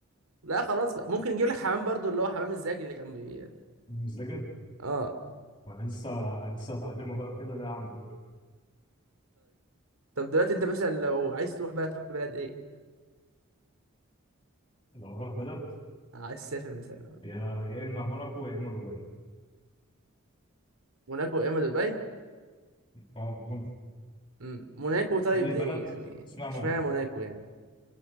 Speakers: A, on the right (about 80°); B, on the left (about 20°).
A: لا خلاص بقى ممكن نجيب لك حمام برضو اللي هو حمام الزاجي اللي كان بي
B: مزدجل
A: اه
B: وانا لسه لسه هتعلمه بقى وكده لا يا عم فوق
A: طب دلوقتي انت مثلا لو عايز تروح بلد تروح بلد ايه
B: لو اروح بلد
A: آه، عايز تسافر مثلا
B: يا يا اما موناكو يا اما دبي
A: موناكو يا اما دبي
B: اه موناكو
A: امم موناكو طيب
B: دي
A: ليه
B: بلد
A: يعني
B: اسمها موناكو
A: اشمعنى موناكو يعني